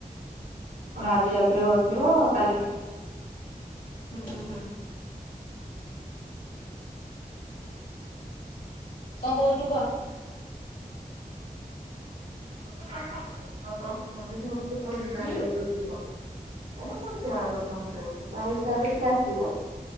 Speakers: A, on the right; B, on the left.
A: କଣ ଆଜି ରାତିରେ ବସିବ କାଲି ଓହଲିଇବ
B: ହୁଁ ହୁଁ ହୁଁ। କଣ କହୁଛୁ କହ।
A: କହା କଥା କହିବ ସମସ୍ତେ ଙ୍କର ଏକା
B: ହୁଁ
A: ପରି ହେଇଥିବ। ହେରା ମୋ ଯାଅ କଥା ମୁଁ ନ କହୁଲୁ ତା ହିସାବରେ ସେ ଆସିବ